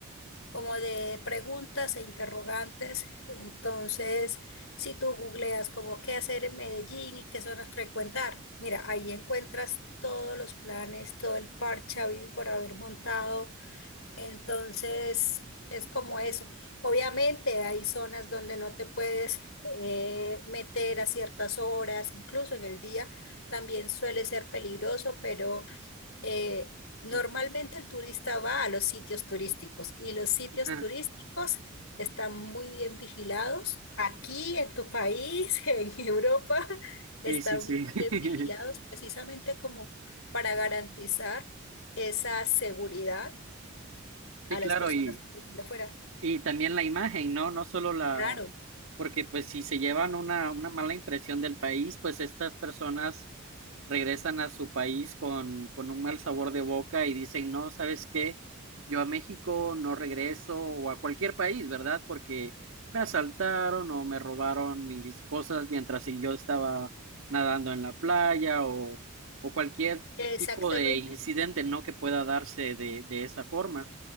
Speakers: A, on the left (about 70°); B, on the right (about 65°).
A: como de preguntas e interrogantes. Entonces, si tú googleas como qué hacer en Medellín y qué zonas frecuentar, mira, ahí encuentras todos los planes, todo el parche habido y por haber montado. Entonces, es como eso. Obviamente hay zonas donde no te puedes eh, meter a ciertas horas, incluso en el día también suele ser peligroso, pero eh, normalmente
B: Ujú.
A: el turista va a los sitios turísticos y los sitios
B: <laughs>
A: turísticos están muy bien vigilados. Aquí en tu país, <laughs> en Europa, están
B: Sí, sí, sí.
A: muy
B: <laughs>
A: bien vigilados precisamente como para garantizar esa seguridad
B: Sí,
A: a
B: claro,
A: las personas
B: y,
A: que vienen de fuera.
B: y también la imagen, ¿no? No solo la,
A: Claro,
B: porque pues si se llevan una, una mala impresión del país, pues estas personas regresan a su país con, con un mal sabor de boca y dicen, no, ¿sabes qué? Yo a México no regreso o a cualquier país, ¿verdad? Porque me asaltaron o me robaron mis cosas mientras yo estaba nadando en la playa o, o cualquier
A: exactamente.
B: tipo de incidente, ¿no? Que pueda darse de, de esa forma.